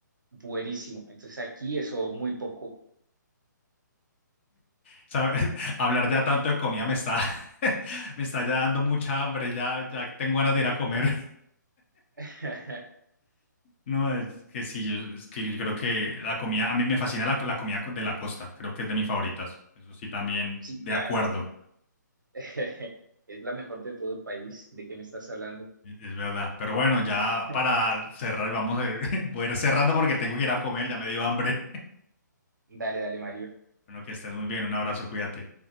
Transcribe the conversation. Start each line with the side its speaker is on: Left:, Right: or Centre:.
Right: buenísimo. Entonces, aquí eso muy poco.
Left: ¿Sabes? <laughs> Hablar ya tanto de comida me está, <laughs> me está ya dando mucha hambre, ya, ya tengo ganas de ir a comer. <laughs>
Right: <laughs>
Left: No, es que sí, yo, es que yo creo que la comida, a mí me fascina la, la comida co- de la costa, creo que es de mis favoritas. Eso sí, también,
Right: Sí,
Left: de
Right: claro.
Left: acuerdo,
Right: <laughs> Es la mejor de todo el país. ¿De qué me estás hablando?
Left: es es verdad. Pero bueno, ya
Right: <laughs>
Left: para cerrar, vamos a ir, <laughs> voy a ir cerrando porque tengo que ir a comer, ya me dio hambre. <laughs>
Right: Dale, dale, Mario.
Left: Bueno, que estés muy bien, un abrazo, cuídate.